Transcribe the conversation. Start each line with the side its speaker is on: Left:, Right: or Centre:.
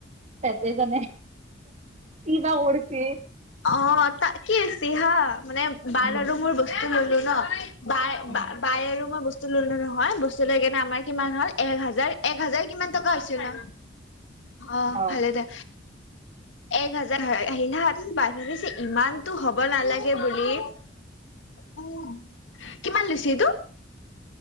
Right: সেহঁতেহে জানে কিবা কৰিছে।
Left: অঁ তা কি হৈছে হা মানে বা
Right: উম
Left: আৰু মোৰ বস্তু ললো ন। বাই
Right: উম
Left: বা- বাই আৰু মই বস্তু ললো নহয়, বস্তু লৈ কেনে আমাৰ কিমান হ'ল এক হাজাৰ এক হাজাৰ কিমান টকা হৈছিল ন। অঁ
Right: অ।
Left: ভালে দে। এক হাজাৰ হয়ঁ আহিল হা বাই ভাবিছে ইমানতো হ'ব নালাগে বুলি। কিমান লৈছে এটো?